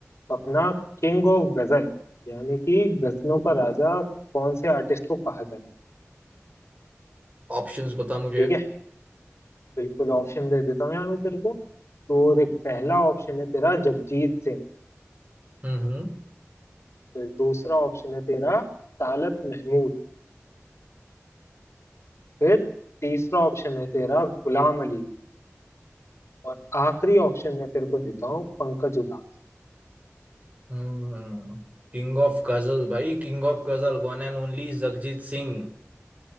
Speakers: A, on the left; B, on the right.
A: अपना किंग ऑफ गजल यानी कि गजलों का राजा कौन से आर्टिस्ट को कहा जाता है
B: ऑप्शंस बता मुझे
A: ठीक है बिल्कुल ऑप्शन दे देता हूँ यार मैं तेरे को तो देख पहला ऑप्शन है तेरा जगजीत सिंह
B: Hmm
A: फिर दूसरा ऑप्शन है तेरा तालत महमूद फिर तीसरा ऑप्शन है तेरा गुलाम अली और आखिरी ऑप्शन मैं तेरे को देता हूँ पंकज उधास
B: hmm King of ghazal भाई king of ghazal one and only Jagjit Singh